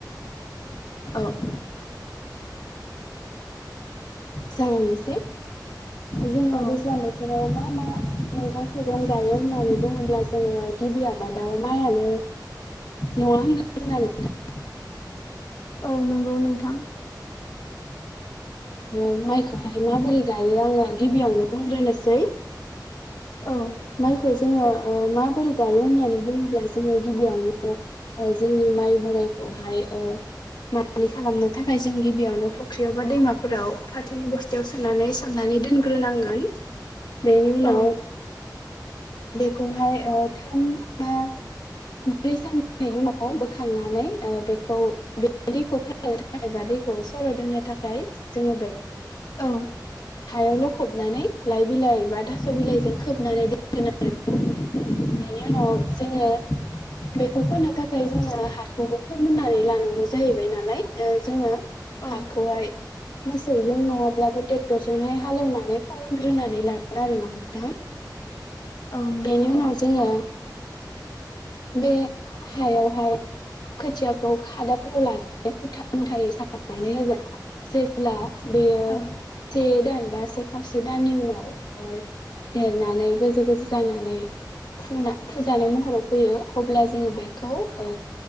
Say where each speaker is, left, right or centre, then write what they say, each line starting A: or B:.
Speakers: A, on the left; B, on the left.
A: औ <unintelligible> जागायनोसै जोङो
B: औ
A: दैज्लां बोथोर मा मा मैगं थाइगं गायो होननानै बुङोब्ला जोङो गिबि आबादाव माइयानो नङा होनब्ला जोंना नोंथां
B: औ नंगौ नोंथां।
A: अ माइखौहाय माबोरै गायो आङो गिबियावनो बुंग्रोनोसै।
B: औ
A: माइखौ जोङो ओ माबोरै गायो होननानै बुङोब्ला जोङो गिबियावनो जोंनि माइ बोरायखौहाय ओ माइज्लि खालामनो थाखाय जों गिबियावनो फुख्रियाव बा दैमाफोराव फाथोनि बस्थायाव सोनानै सोमनानै दोनग्रोनांगोन बेनि उनाव
B: औ
A: बेखौहाय ओ थाम बा ब्रै साननि उनाव बोखांनानै ओ बेखौ बे दैखौ फोराननो थाखाय बा दै सलद होनो थाखाय जोङो बे
B: औ
A: हायाव लखबनानै लाइ बिलाइ बा थास' बिलाइजों खोबनानै बेनि उनाव जोङो बेखौ फोननो थाखाय जोङो हाखौबो फोमोननानै लानांगौ जाहैबाय नालाय जोङो
B: औ
A: हाखौहाय मोसौजों नङाब्लाबो ट्रेक्टरजोंहाय हालेवनानै फोंग्रोनानै लागोन आरो ना नोंथां
B: औ नोंथां
A: बेनि उनाव जोङो बे हायावहाय खोथियाखौ खादाफोराव लानानै मुथा मुथायै सारनानै होगोन जेब्ला बेयो
B: औ
A: थे दान बा से खावसे दाननि उनाव देरनानै गोजौ गोजौ जानानै फचना फुजानाय महराव फैयो अब्ला जोङो बेखौ ओ